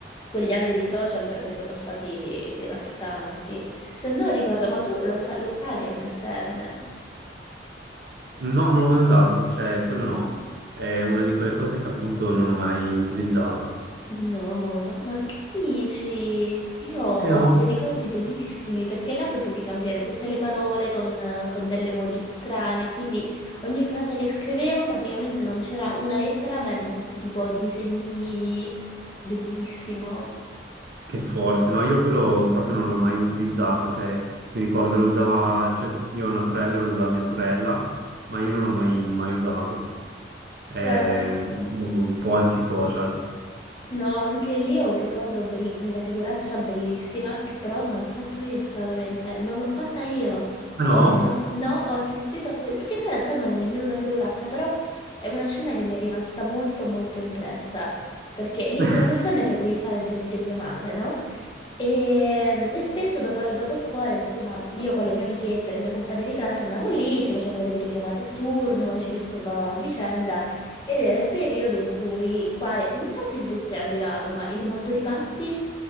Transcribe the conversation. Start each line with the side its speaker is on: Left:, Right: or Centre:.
Left: quegli anni di social per me sono stati devastanti. Se no ricordo, ma tu lo, sa- lo usavi MSN?
Right: no, non l'ho mai usato, cioè quello no, è una di quelle cose che appunto non ho mai utilizzato.
Left: No, ma, ma tu che dici? Io ho
Right: Eh no,
Left: dei ricordi bellissimi perché là potevi cambiare tutte le parole con, eh, con delle emoji strane, quindi ogni frase che scrivevo praticamente non c'era una lettera, ma erano tutti tipo disegnini, bellissimo.
Right: che forte, no? Io quello proprio non l'ho mai utilizzato, cioè mi ricordo lo usava, cioè, io ho una sorella, lo usava mia sorella, ma io non l'ho mai, mai usato. È
Left: Guarda.
Right: un po' antisocial.
Left: No, anche lì ho un ricordo bell- di una figuraccia bellissima che però non ho fatto io stranamente, non l'ho fatta io.
Right: Ah no?
Left: Ho assis- no, ho assistito a questo, perché poi in realtà non è nemmeno una figuraccia, però è una scena che mi è rimasta molto molto impressa, perché lì
Right: <laughs>
Left: su MSN potevi fare delle videochiamate, no? E, e spesso dopo, dopo scuola, insomma, io con le mie amichette, le mie compagne di classe andavamo lì, ci facevamo delle videochiamate a turno, ci disturbavamo a vicenda ed era il periodo in cui qua, non so se in Svizzera è arrivato, ma il mondo di Patti